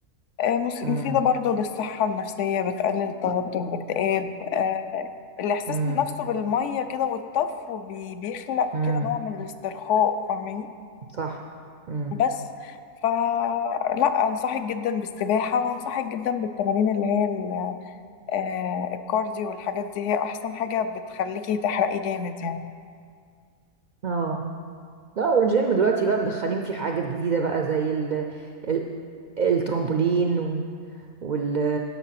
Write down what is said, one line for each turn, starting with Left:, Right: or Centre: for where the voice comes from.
Left: آه مس-
Right: امم
Left: مفيدة برضو للصحة النفسية بتقلل التوتر والاكتئاب آه الإحساس
Right: امم
Left: نفسه بالمية كده والطف وبيخلق
Right: امم
Left: كده نوع من الاسترخاء فاهماني
Right: صح امم
Left: بس فلا انصحك جدا بالسباحة وانصحك جدا بالتمارين اللي هي ال- آه، الكارديو والحاجات دي هي احسن حاجة بتخليكي تحرقي جامد يعني
Right: اه لا والجيم دلوقتي بقى مدخلين فيه حاجات جديدة بقى زي ال ال الترامبولين و... وال